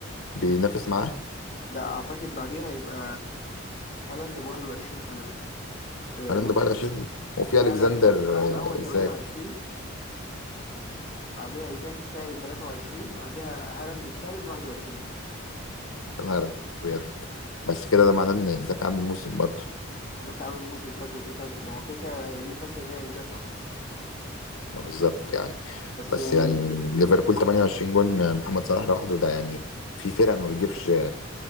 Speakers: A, on the left; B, on the left.
A: بينافس معاه
B: ده أعتقد بعديه هيبقى هالاند ب 21 غالبا آه،
A: هالاند
B: بص
A: ب 21 وفي
B: لا
A: الكسندر
B: لا إيه ده صلاح
A: آه،
B: الأول 28
A: ازاك
B: بعديها إيزاك التاني 23 بعديها هالاند التالت 21
A: يا نهار ابيض بس كده ده معناه ان ايزاك عامل موسم برضه
B: ايزاك عامل موسم فاكر الفتات ما هو كده كده نيوكاسل هي ايزاك اصلا
A: ما بالظبط يعني
B: بس
A: بس
B: ال-
A: يعني ليفربول 28 جون محمد صلاح لوحده ده يعني في فرق ما بتجيبش